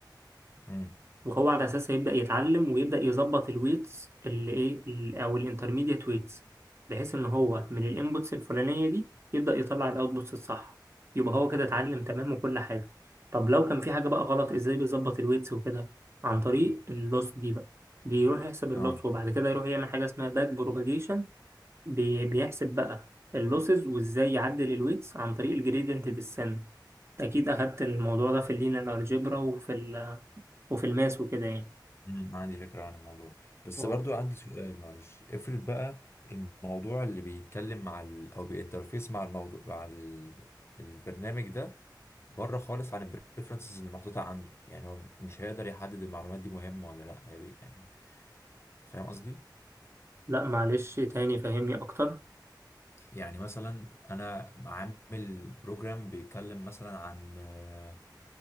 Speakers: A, on the left (about 35°); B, on the right (about 35°).
A: امم
B: وهو على اساسها يبدا يتعلم ويبدا يظبط الويتس اللي ايه ال- او الانترميديت ويتس بحيث ان هو من الانبوتس الفلانيه دي يبدا يطلع الاوتبوتس الصح يبقى هو كده اتعلم تمام وكل حاجه طب لو كان في حاجه بقى غلط ازاي بيظبط الويتس وكده عن طريق اللوس دي بقى بيروح يحسب اللوس
A: اه
B: وبعد كده يروح يعمل حاجه اسمها باك بروباجيشن بيحسب بقى اللوسز وازاي يعدل الويتس عن طريق الجريدينت ديسنت اكيد اخدت الموضوع ده في اللينير الجبرا وفي ال وفي الماس وكده يعني
A: مم، عندي فكرة عن الموضوع بس
B: اه
A: برضو عندي سؤال معلش افرض بقى الموضوع اللي بيتكلم مع ال... او بينترفيس مع الموضوع مع ال... البرنامج ده بره خالص عن البريفرنسز اللي محطوطة عنده يعني هو مش هيقدر يحدد المعلومات دي مهمة ولا لا هي بي- يعني فاهم قصدي
B: لا معلش تاني فهمني اكتر
A: يعني مثلا انا عامل بروجرام بيتكلم مثلا عن آه،